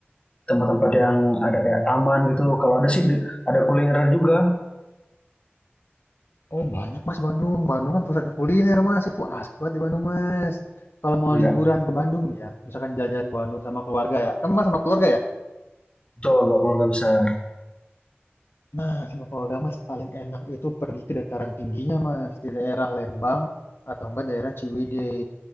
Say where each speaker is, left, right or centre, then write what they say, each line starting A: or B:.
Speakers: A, on the left; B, on the left.
A: tempat-tempat yang ada kayak taman gitu. Kalau ada sih di- ada kuliner juga.
B: Oh banyak Mas Bandung. Bandung kan pusatnya kuliner Mas. Itu asik banget di Bandung Mas. Kalau mau
A: Oh ya,
B: liburan ke Bandung nih ya, misalkan jalan-jalan ke Bandung sama keluarga ya. Kamu Mas sama keluarga ya?
A: coba keluarga besar.
B: Nah, sama Powder, Mas, paling enak itu pergi ke dataran tingginya, Mas, di daerah Lembang atau enggak daerah Ciwidey.